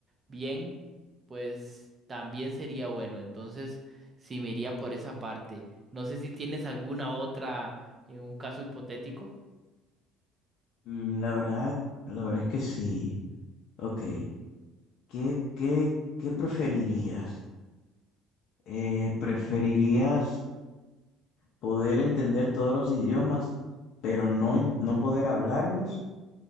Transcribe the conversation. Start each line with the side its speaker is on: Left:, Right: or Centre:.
Right: bien, pues también sería bueno. Entonces, sí me iría por esa parte. No sé si tienes alguna otra en un caso hipotético.
Left: Mm, La verdad, la verdad es que sí. Ok. ¿Qué, qué, qué preferirías? Eh, ¿preferirías poder entender todos los idiomas, pero no, no poder hablarlos,